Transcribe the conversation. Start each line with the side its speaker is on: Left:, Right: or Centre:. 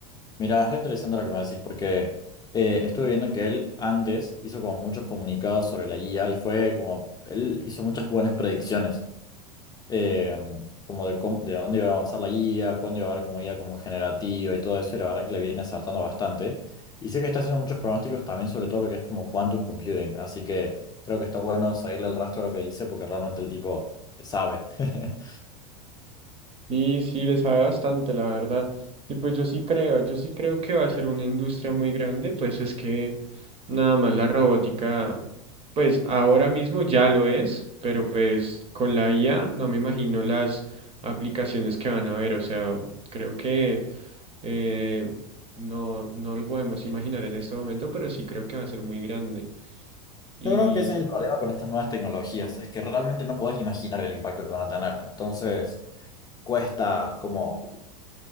Left: Mira, es re interesante lo que me decís porque eh, estuve viendo que él antes hizo como muchos comunicados sobre la IA y fue como, él hizo muchas buenas predicciones, eh, como de, cómo- de a dónde iba a avanzar la IA, cuándo iba a haber como IA como generativa y todo eso, y la verdad que le viene acertando bastante. Y sé que está haciendo muchos pronósticos también sobre todo lo que es como quantum computing, así que creo que está bueno seguirle el rastro a lo que dice porque realmente el tipo sabe. <laughs>
Right: Sí, sí, le sabe bastante, la verdad. Y pues yo sí creo, yo sí creo que va a ser una industria muy grande, pues es que nada más la robótica, pues ahora mismo ya lo es, pero pues con la IA no me imagino las aplicaciones que van a haber, o sea, creo que eh, no, no lo podemos imaginar en este momento, pero sí creo que va a ser muy grande. Y
Left: Yo creo que ese es el problema con estas nuevas tecnologías, es que realmente no podés imaginar el impacto que van a tener. Entonces, cuesta como